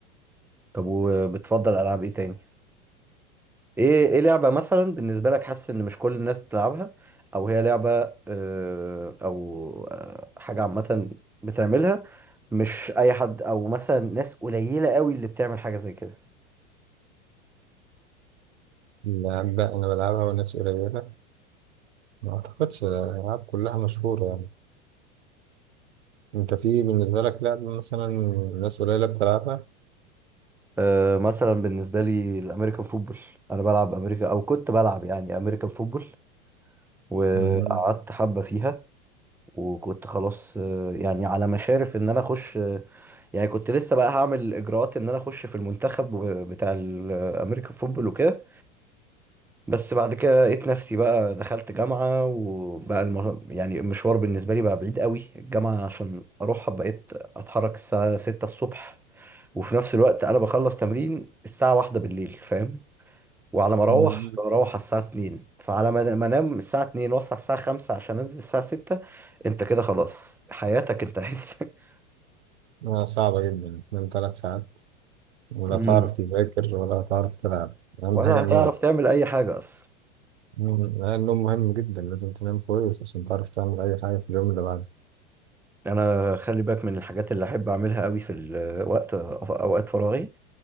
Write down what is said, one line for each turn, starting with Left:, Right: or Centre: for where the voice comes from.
Centre: طب وبتفضل العاب ايه تاني ايه ايه لعبة مثلا بالنسبة لك حاسس ان مش كل الناس بتلعبها او هي لعبة آه، او آه، حاجة عامة بتعملها مش اي حد او مثلا ناس قليلة قوي اللي بتعمل حاجة زي كده
Right: اللعب ده انا بلعبها وناس قليلة ما اعتقدش الالعاب كلها مشهوره يعني انت في بالنسبه لك لعبه مثلا ناس قليله بتلعبها
Centre: آه، مثلا بالنسبة لي الامريكان فوتبول انا بلعب امريكا او كنت بلعب يعني امريكان فوتبول وقعدت
Right: مهم.
Centre: حبة فيها وكنت خلاص آه، يعني على مشارف ان انا اخش آه، يعني كنت لسه بقى هعمل اجراءات ان انا اخش في المنتخب آه، بتاع الامريكان فوتبول وكده بس بعد كده لقيت نفسي بقى دخلت جامعة وبقى الم... يعني المشوار بالنسبة لي بقى بعيد قوي الجامعة عشان أروحها بقيت أتحرك الساعة ستة الصبح وفي نفس الوقت أنا بخلص تمرين الساعة واحدة بالليل فاهم وعلى ما مم.
Right: مهم.
Centre: أروح بروح على الساعة اتنين فعلى ما ما أنام الساعة اتنين وأصحى الساعة خمسة عشان أنزل الساعة ستة أنت كده خلاص حياتك انتهت <laughs>
Right: آه، صعبه جدا من ثلاث ساعات ولا
Centre: مم.
Right: تعرف تذاكر ولا تعرف تلعب اهم
Centre: ولا
Right: حاجه النوم
Centre: هتعرف تعمل أي حاجة أصلا
Right: مم. آه، النوم مهم جدا لازم تنام كويس عشان تعرف تعمل اي حاجه في اليوم اللي بعده
Centre: أنا خلي بالك من الحاجات اللي أحب أعملها قوي في الوقت أوقات فراغي